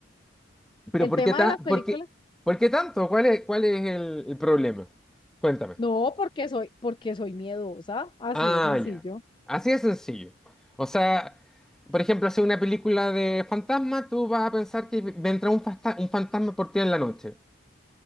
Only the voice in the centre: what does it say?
Pero
¿por
qué, ta-
por qué- por qué tanto? ¿Cuál es, cuál es el, el problema? Cuéntame.
Ah,
ya. Así de sencillo. O sea, por ejemplo, hacer una película de fantasma, tú vas a pensar que vendrá un, fasta- un fantasma por ti en la noche.